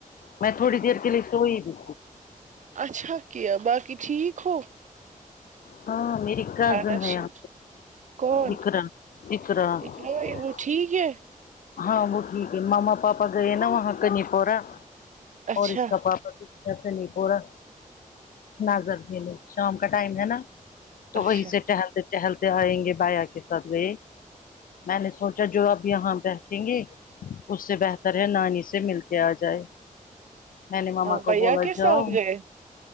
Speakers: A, on the left; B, on the right.
A: میں تھوڑی دیر کے لیے سوئی ہوئیھی
B: اچھا کیا باقی ٹھیک ہو
A: ہاں میری اراز
B: خانشین
A: نہیں آ
B: کون
A: اکر اکر <unintelligible>
B: اقرا، وہ ٹھیک ہے
A: ہاں وہ ٹھیک ہے مما پاپا گئے نا وہاں کل کنی پورا
B: اچھا
A: اور اس کا پاپا ایسا نہیں پورا نظر لو شام کا ٹائم ہے نا تو
B: اچھا
A: وہیں سے ٹہلتے ٹہلتے آئیں گے بایا کے ساتھ گئے میں نے سوچا جو اب یہاں بیٹھیں گے اس سے بہتر ہے نانی سے مل کے آ جائے میں نے ماما
B: ہاں
A: کو
B: بھیا
A: بولا
B: کے
A: جاؤ
B: ساتھ گئے